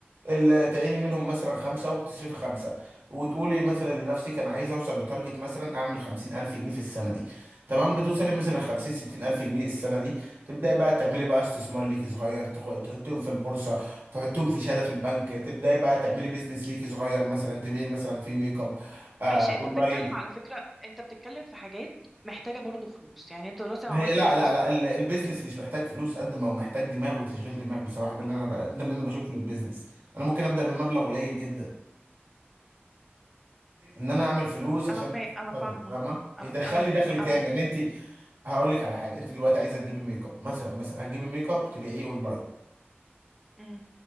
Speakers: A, on the right; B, in the centre.
A: ال- تعيني منهم مثلا خمسة وبتصرفي خمسة وتقولي مثلا لنفسك أنا عايز أوصل لتارجت مثلا أعمل خمسين ألف جنيه في السنة دي تمام بتوصلي مثلا
B: مم.
A: 50 60 الف جنيه السنه دي تبداي بقى تعملي بقى استثمار ليكي صغير تخ- تحطيهم في البورصه تحطيهم في شهاده في البنك تبداي بقى تعملي بيزنس ليكي صغير مثلا تبيعي مثلا في ميك اب آه
B: ماشي انت
A: اونلاين
B: بتتكلم على فكرة انت بتتكلم في حاجات محتاجة برضو فلوس يعني انت دلوقتي لو
A: هي
B: عملت
A: لا
B: بيزنس
A: لا لا
B: صغير
A: ال- البيزنس مش محتاج فلوس قد ما هو محتاج دماغ وتشغيل دماغ بصراحه ده اللي انا ب- ده اللي انا بشوفه للبيزنس انا ممكن ابدا بمبلغ قليل جدا ان انا اعمل فلوس عشان
B: انا فا... انا
A: اشتغل
B: فاهمة
A: فاهمه يدخل
B: انا انا
A: لي دخل تاني
B: انا
A: يعني انت هقول لك على حاجه انت دلوقتي عايزه تجيبي ميك اب مثلا مثلا هتجيبي ميك اب تبقى ايه اونلاين
B: مم.